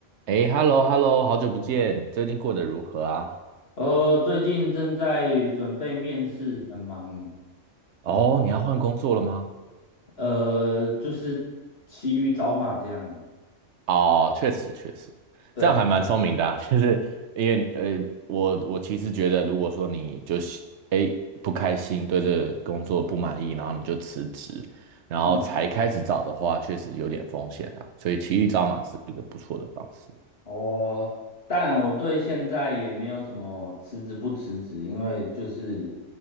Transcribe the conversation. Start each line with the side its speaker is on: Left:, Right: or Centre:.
Right: 哎，hello hello，好久不见，最近过得如何啊？
Left: 呃，最近正在准备面试，很忙。
Right: 哦，你要换工作了吗？
Left: 呃，就是骑驴找马这样。
Right: 哦，确实确实，
Left: 对啊，
Right: 这样还蛮聪明的啊，<laughs> 就是因为呃，我我其实觉得，如果说你就是哎不开心，对这个工作不满意，然后你就辞职，然后才开始找的话，
Left: 嗯，
Right: 确实有点风险啊，所以骑驴找马是一个不错的方式。
Left: 哦，当然我对现在也没有什么辞职不辞职，因为就是